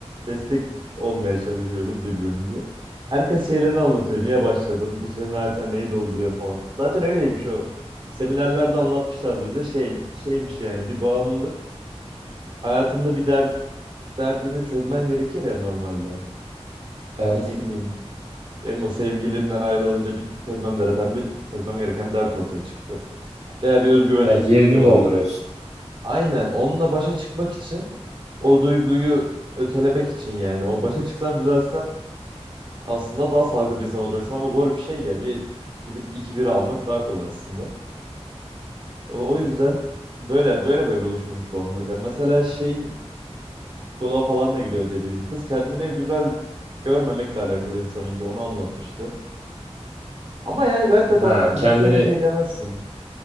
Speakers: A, on the right; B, on the right.
A: destek olmaya çalışıyoruz birbirimize. Herkes şeylerini anlatıyor. Niye başladın? Bu senin hayatına neyi dolduruyor falan. Zaten öyleymiş o. Seminerlerde anlatmışlardı bize şey şeymiş yani bir bağımlılık. Hayatında bir dert, derdini çözmen gerekir ya normalde.
B: evet.
A: Bir ne bileyim Benim o sevgilimden ayrılınca bir çözmem gereken bir çözmem gereken bir dert ortaya çıktı. Veya bir özgüven
B: Evet
A: eksikliği
B: yerini
A: olabilir.
B: dolduruyorsun.
A: Aynen onunla başa çıkmak için o duyguyu ötelemek için yani o başa çıksan düzelsen aslında daha sağlıklı bir insan olacaksın ama zor bir şey ya bir gidip iki bira almak daha kolay aslında. O, o yüzden böyle böyle böyle oluşuyormuş bağımlılıklar. Mesela şeyin psikoloğa falan da gidiyor dediğim kız kendine güzel görmemekle alakalıymış onunki onu anlatmıştı. Ama yani gayet de tatlı
B: Ha,
A: kız
B: kendini
A: hiç öyle şey demezsin.